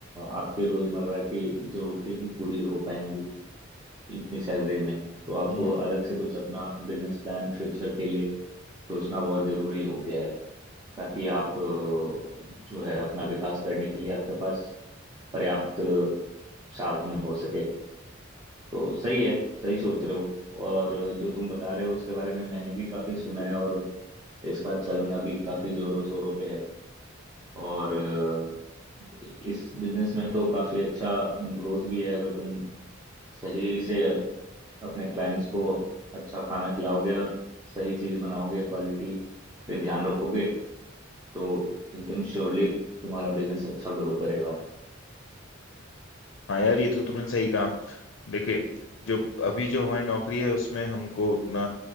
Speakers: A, on the right; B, on the left.
A: आपके रोजमर्रा की जरूरतें ही पूरी हो पाएंगी इतनी सैलरी में तो आपको
B: हम्म
A: अलग से कुछ अपना बिजनेस प्लान फ्यूचर के लिए सोचना बहुत जरूरी हो गया है ताकि आप अ, जो है अपना विकास करने के लिए आपके पास पर्याप्त साधन हो सके तो सही है सही सोच रहे हो और जो तुम बता रहे हो उसके बारे में मैंने भी काफी सुना है और इसका चलन अभी काफी जोरों शोरों पे है और अ, इस बिजनेस में तो काफी अच्छा ग्रोथ भी है अगर तुम सही से अपने क्लाइंट्स को अच्छा खाना खिलाओगे और सही चीज बनाओगे क्वालिटी पे ध्यान रखोगे तो एकदम श्योरली तुम्हारा बिजनेस अच्छा ग्रो करेगा
B: हाँ यार ये तो तुमने सही कहा देखिए जो अभी जो हमारी नौकरी है उसमें हमको उतना